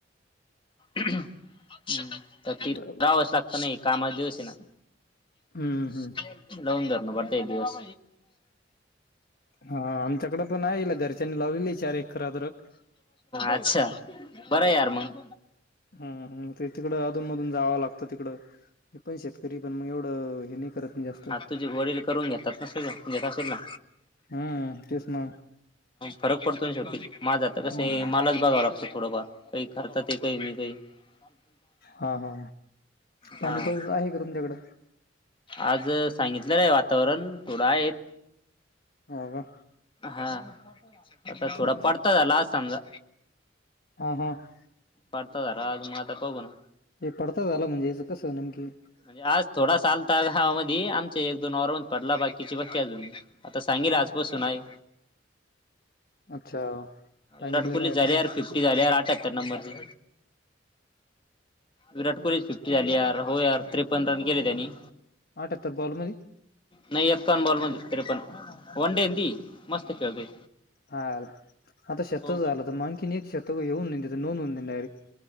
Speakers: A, on the left (about 25°); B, on the left (about 55°).
A: हम् तर ती
B: बरोबर
A: रावा सारखं नाही कामा दिवस आहे ना
B: हम्म हम
A: <unintelligible> दिवस
B: हा आमच्याकड पण आहे घरच्यांनी लावली आहे चार एकरात अद्रक.
A: अच्छा बरं यार मग
B: हम ते तिकडं अधून मधून जावं लागतं तिकड हे पण शेतकरी पण मग एवढं हे नाही करत नाही जास्त
A: अरे तुझे वडील करून घेतात ना सगळ घेत असेल ना
B: हम्म तेच ना
A: फरक पडतो शेवट माझा तर
B: हम्म
A: कस हे मला बघाव लागतं थोडंफार काही करतात ते काही मी काही <unintelligible>
B: हा हा पाणी
A: हा
B: पाऊस आहे का तुमच्याकडं
A: आज सांगितलेलं नाही वातावरण थोडं आहेत
B: अह
A: हा आता थोडा
B: अच्छा
A: पाडता ला आज समजा.
B: हां हां!
A: पाडता झाला आज म आता बघु ना.
B: हे पडता झाला म्हणजे याच कस नमकी.
A: म्हणजे आज थोडासा आलता गावामधी, आमच्या एक दोन वावरामदी पडला बाकीची बाकी अजून. आता सांगेल ये आजपसून आहे.
B: अच्छा! सांगितलेलं
A: विराट कोहली
B: आहे
A: झाल्या
B: का
A: यार, फिफ्टी झाल्या यार अठ्याहत्तर नंबर ची. विराट कोहली ची फिफ्टी झाली यार, हो यार त्रेपन्न रन केले त्यांनी.
B: आठ्यातर बॉल मधीच.
A: नाही एक्कावन बॉल मधी त्रेपण वन डे ना ती. मस्त खेळतोय.
B: हा आता शेतच
A: हो
B: झालं, त म आणखीन एक शेत तस येऊन नन त्याच नोंद होऊन जाईल डारेक्ट.